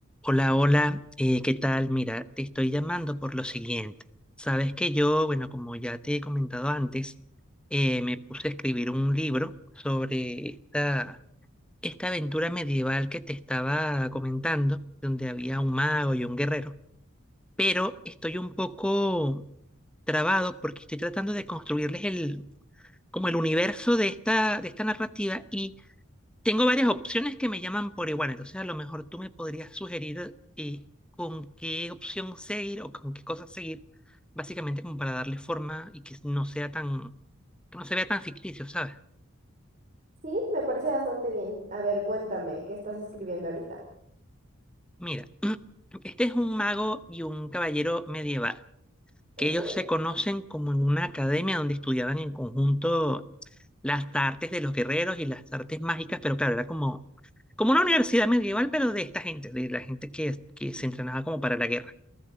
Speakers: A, in the centre; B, on the right.
A: Hola, hola, eh, ¿qué tal? Mira, te estoy llamando por lo siguiente. Sabes que yo, bueno, como ya te he comentado antes, eh, me puse a escribir un libro sobre esta, esta aventura medieval que te estaba comentando, donde había un mago y un guerrero, pero estoy un poco trabado porque estoy tratando de construirles el, como el universo de esta, de esta narrativa y tengo varias opciones que me llaman por igual, entonces a lo mejor tú me podrías sugerir eh, con qué opción seguir o con qué cosas seguir, básicamente como para darle forma y que no sea tan, que no se vea tan ficticio, ¿sabes?
B: Sí, me parece bastante bien. A ver, cuéntame, ¿qué estás escribiendo ahorita?
A: Mira, <clears throat> este es un mago y un caballero medieval, que
B: Ok.
A: ellos se conocen como en una academia donde estudiaban en conjunto las artes de los guerreros y las artes mágicas, pero claro, era como, como una universidad medieval, pero de esta gente, de la gente que, que se entrenaba como para la guerra.